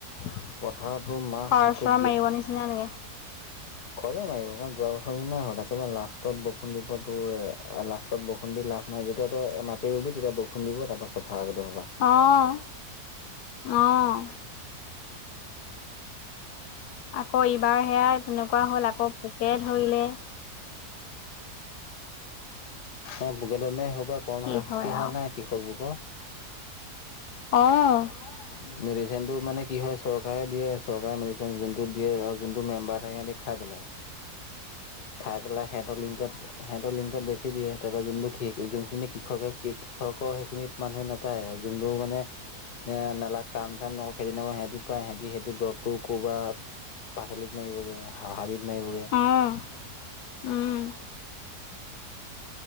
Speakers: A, on the left; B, on the left.
A: খৰ
B: পথাৰতো মাছ গোটেই
A: চৰৰ মাৰিব নিচিনা লাগে।
B: ঘৰেই মাৰিব কাৰণ যোৱা বছৰ নিচিনাই হৈ থাকে। একেবাৰে লাষ্টত বৰষুণ দিব তোৰ লাষ্টত বৰষুণ দি লাভ নাই যেতিয়া তই মাটি ৰুবি তেতিয়া বৰষুণ দিব তাৰপাছ। কথা আগতো ভাবা।
A: অহ অহ। আকৌ ইবাৰ সেয়া তেনেকুৱা হ'ল আকৌ পোকে ধৰিলে
B: অহ পোকে ধৰিলে সেইহোপা কম
A: কি
B: হাৰাশাস্তি
A: হয়
B: হোৱা
A: আৰু
B: নাই কৃষক লোকৰ।
A: অঁহ।
B: অহ মেডিচিন টো মানে কি হয় চৰকাৰে দিয়ে আছে। চৰকাৰে মেডিচিন যোনটো দিয়ে ধৰা যোনটো মেম্বাৰ থাকে হেতি খাই পেলাই। খাই পেলাই সিহঁতৰ লিংকত। হেত লিংকত বেছি দিয়ে তাৰপৰা যোনবোৰ যোনখিনি কৃষকে। কৃষক সেইখিনিত মানুহে নাপায় আৰু যোনবোৰ মানে নে নালাগা কাম চাম নকৰে খেতি নকৰে সিহঁতি পায় সিহঁতি সেইটো দৰপটো কবা পাচলিত। মাৰিবগে হ হাবিত মাৰিব গে।
A: অহ উম